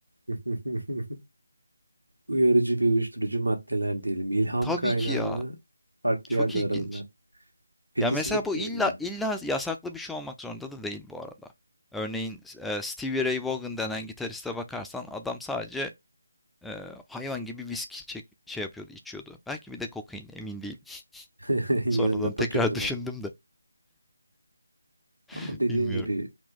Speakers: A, on the right; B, in the centre.
A: <laughs> Uyarıcı ve uyuşturucu maddeler diyelim. İlham
B: Tabii
A: kaynağını
B: ki ya.
A: farklı
B: Çok
A: yerde
B: ilginç.
A: aradılar. Patti
B: Ya mesela
A: Smith
B: bu
A: de
B: illa
A: öyleydi.
B: illa yasaklı bir şey olmak zorunda da değil bu arada. Örneğin e, Stevie Ray Vaughan denen gitariste bakarsan adam sadece e, hayvan gibi viski çek, şey yapıyordu, içiyordu. Belki bir de kokain, emin değilim.
A: <laughs>
B: <laughs>
A: Yanında
B: Sonradan
A: paket
B: tekrar
A: olarak.
B: düşündüm de
A: Ama
B: <laughs>
A: dediğin
B: bilmiyorum.
A: gibi